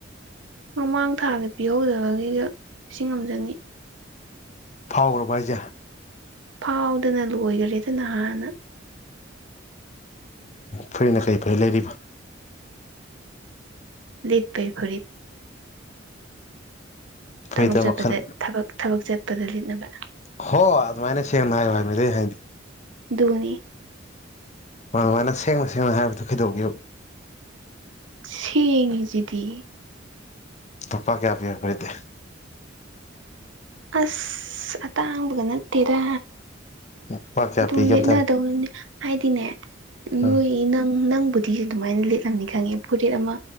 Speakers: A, on the right (about 80°); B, on the left (about 35°).
A: ꯃꯃꯥꯡ ꯊꯥꯗ ꯄꯤꯍꯧꯗꯕꯒꯤꯒ ꯂꯤꯁꯤꯡ ꯑꯃꯖꯅꯤ
B: ꯐꯥꯎꯈ꯭ꯔꯕ ꯍꯥꯏꯁꯦ
A: ꯐꯥꯎꯗꯅ ꯂꯣꯏꯈꯔꯦ ꯑꯗꯨ ꯅꯍꯥꯟꯅ
B: ꯐꯔꯤꯅ ꯀꯔꯤ ꯐꯩ ꯂꯩꯔꯤꯕ
A: ꯂꯤꯞ ꯩ ꯍꯔꯤꯞ
B: ꯐꯨꯔꯤꯠꯇ
A: ꯊꯕꯛ ꯆꯠꯄꯗ
B: ꯃꯈꯜ
A: ꯊꯕ ꯊꯕꯛ ꯆꯠꯄꯗ ꯂꯤꯠꯅꯕ
B: ꯍꯣ ꯑꯗꯨꯃꯥꯏꯅ ꯁꯦꯡꯅ ꯍꯥꯏ ꯋꯥꯏ ꯃꯤꯗꯩ ꯍꯥꯏꯗꯤ
A: ꯙꯣꯅꯤ
B: ꯃꯥ ꯑꯗꯨꯃꯥꯏꯅ ꯁꯦꯡꯅ ꯁꯦꯡꯅ ꯍꯥꯏꯕꯗꯨꯣ ꯀꯩꯗꯧꯤꯌꯨ
A: ꯁꯤ ꯏꯂꯤꯁꯤꯗꯤ
B: ꯑꯇꯣꯞꯄꯥ ꯀꯌꯥ ꯄꯤꯌꯥ ꯀꯇꯦ
A: ꯑꯁ ꯑꯇ ꯍꯥꯡꯕꯒ ꯅꯠꯇꯦꯔ
B: ꯂꯨꯄꯥ ꯀꯌꯥ
A: ꯄꯨꯡ
B: ꯄꯤꯒꯦ
A: ꯂꯤꯠꯅꯗꯧꯅꯤꯅꯦ
B: ꯑꯝꯇ
A: ꯍꯥꯏꯗꯤꯅꯦ
B: ꯍꯥꯏꯔꯛꯑꯣ
A: ꯅꯣꯏ ꯅꯪ ꯅꯪꯕꯨꯗꯤ ꯐꯇꯤꯤꯁꯦ ꯑꯗꯨꯃꯥꯏꯅ ꯂꯤꯠꯂꯝꯅꯤ ꯈꯪꯉꯦ ꯐꯨꯔꯤꯠ ꯑꯃ